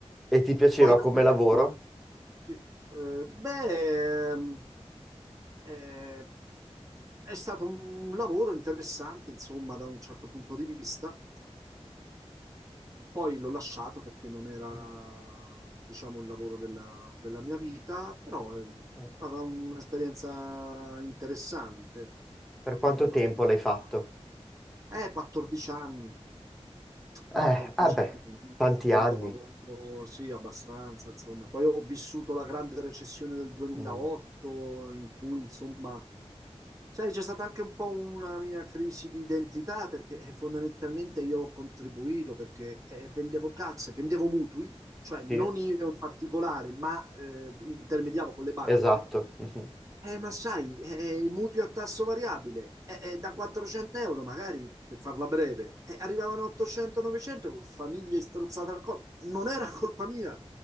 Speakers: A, in the centre; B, on the right.
A: E ti piaceva
B: Poi ho
A: come
B: smesso.
A: lavoro?
B: Sì. Eh, beh, ehm, eh, è stato un lavoro interessante, insomma, da un certo punto di vista. Poi l'ho lasciato perché non era,
A: Mm,
B: diciamo, il lavoro della, della mia vita, però è
A: ok.
B: stata un'esperienza interessante.
A: Per quanto
B: Mm, abbastanza.
A: tempo l'hai fatto?
B: Eh, 14 anni.
A: Eh,
B: 14
A: vabbè,
B: anni,
A: tanti
B: lungo
A: anni.
B: lavoro, sì, abbastanza, insomma. Poi ho vissuto la grande recessione del 2008,
A: Mm,
B: in cui, insomma, sai, c'è stata anche un po' una mia crisi di identità, perché eh, fondamentalmente io ho contribuito, perché eh, vendevo case, vendevo mutui, cioè non
A: sì,
B: io in particolare, ma eh, intermediavo con le banche
A: esatto. <laughs>
B: eh, ma sai, eh, i mutui a tasso variabile, eh, eh, da 400 euro magari, per farla breve, eh, arrivavano a 800-900 con famiglie strozzate al collo. Non era colpa mia,